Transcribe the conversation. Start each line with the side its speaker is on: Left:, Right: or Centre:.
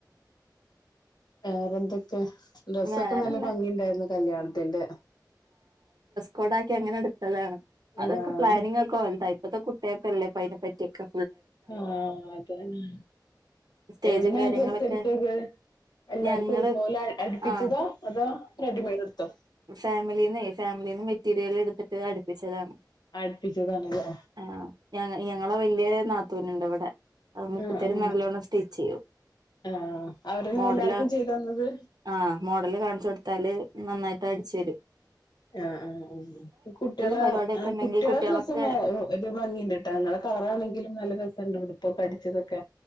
Left: വേറെന്തൊക്കെ ഡ്രസ്സൊക്കെ
Right: വേറെന്താ
Left: നല്ല ഭംഗിണ്ടായിരുന്നു കല്യാണത്തിന്റെ
Right: കൊടാക്കി എങ്ങനെ എടുത്തതാണ് അതൊക്കെ
Left: ആഹ്
Right: പ്ലാനിങ്ങൊക്കെ ഒണ്ടാ ഇപ്പത്തെ കുട്ടികക്കെല്ലേ ഇപ്പ അയ്ന പറ്റ്യേക്ക
Left: ആ അതന്ന
Right: സ്റ്റേജും
Left: എവിടുന്നാ
Right: കാര്യങ്ങളൊക്കെ
Left: ഡ്രസ്സെടുത്തത് എല്ലാർക്കും
Right: ഞങ്ങള്
Left: ഒരുപോലെ അ അടുപ്പിച്ചതാ
Right: ആ
Left: അതോ റെഡിമെയ്ഡ് ഇട്ത്തോ
Right: ഫാമിലിന്നേ ഫാമിലിന്ന് മെറ്റീരിയൽ എടുത്തിട്ട് അടിപ്പിച്ചതാണ്
Left: അടുപ്പിച്ചതാണല്ലേ
Right: ആ ഞങ്ങ ഞങ്ങളെ വല്യേ നാത്തൂന്ണ്ട് ഇവിടെ ആ മൂപ്പത്തിയാര്
Left: ആഹ് ആഹ്
Right: നല്ലോണം സ്റ്റിച്ചെയ്യും
Left: ആഹ് അവരന്നെ
Right: മോഡലാ
Left: എല്ലാർക്കും ചെയ്തു തന്നത്
Right: ആ മോഡല് കാണിച്ചു കൊടുത്താല് നന്നാ യിട്ട് അടിച്ചരും
Left: ആ ആ ആ ആ കുട്ടിയളെ
Right: പരിപാടിയൊക്കെ
Left: ആ
Right: ഉണ്ടെങ്കിൽ
Left: കുട്ടിയളെ
Right: കുട്ടികളൊക്കെ
Left: ഡ്രസ്സ് മ ഒ ഒരു ഭംഗിണ്ട്ട്ടാ ഇങ്ങള ആ കളറാണെങ്കിലും നല്ല രസണ്ട് ഉടുപ്പൊക്കെ അടിച്ചതൊക്കെ